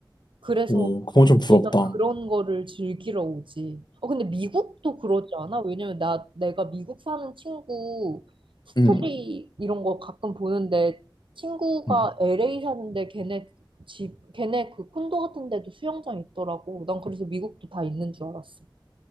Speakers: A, on the right; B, on the left.
A: 그래서
B: 오, 그건 좀 부럽다.
A: 일단 그런 거를 즐기러 오지. 어, 근데 미국도 그러지 않아? 왜냐면 나, 내가 미국 사는 친구 스토리
B: 음,
A: 이런 거 가끔 보는데 친구가
B: 음.
A: LA 사는데 걔네 집, 걔네 그 콘도 같은 데도 수영장 있더라고. 난 그래서 미국도 다 있는 줄 알았어.